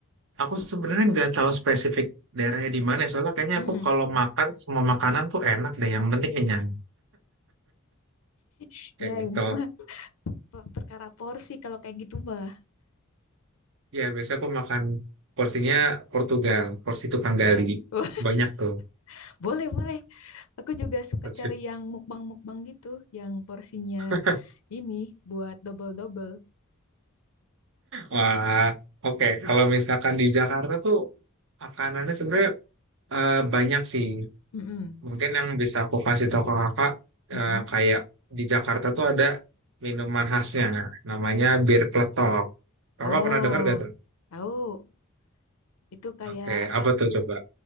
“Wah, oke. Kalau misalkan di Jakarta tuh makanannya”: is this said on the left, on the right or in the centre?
Right